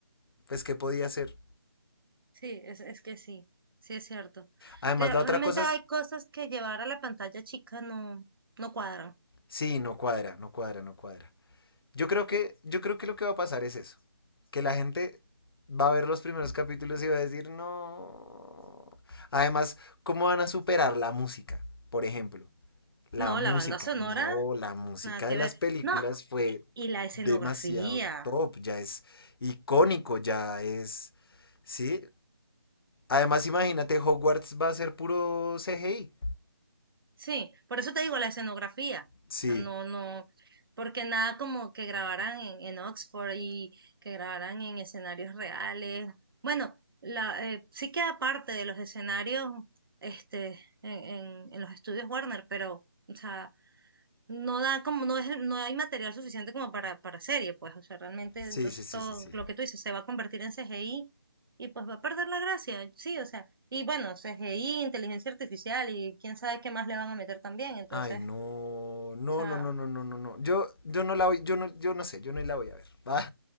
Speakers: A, on the left; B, on the right.
A: pues, ¿qué podía hacer?
B: Sí, es, es que sí, sí es cierto.
A: Además,
B: Re-
A: la otra
B: realmente
A: cosa
B: hay
A: es,
B: cosas que llevar a la pantalla chica no, no cuadran.
A: sí, no cuadra, no cuadra, no cuadra. Yo creo que, yo creo que lo que va a pasar es eso. Que la gente va a ver los primeros capítulos y va a decir, no. Además, ¿cómo van a superar la música? Por ejemplo, la
B: No,
A: música.
B: la banda sonora,
A: No, la música
B: nada que
A: de las
B: ver.
A: películas
B: No,
A: fue
B: y, y la escenografía.
A: demasiado top, ya es icónico, ya es... Sí. Además, imagínate, Hogwarts va a ser puro CGI.
B: Sí, por eso te digo la escenografía.
A: Sí,
B: O sea, no, no, porque nada como que grabaran en, en Oxford y que grabaran en escenarios reales. Bueno, la, eh, sí queda parte de los escenarios este, en, en, en los estudios Warner, pero, o sea, no da como, no es, el- no hay material suficiente como para, para serie, pues, o sea, realmente,
A: sí,
B: entonces
A: sí, sí,
B: todo
A: sí, sí.
B: lo que tú dices se va a convertir en CGI y pues va a perder la gracia, sí, o sea, y bueno, CGI, inteligencia artificial y quién sabe qué más le van a meter también, entonces,
A: Ay, no,
B: o
A: no,
B: sea,
A: no, no, no, no, no, no. Yo, yo no la voy, yo no, yo no sé, yo no la voy a ver. ¿va?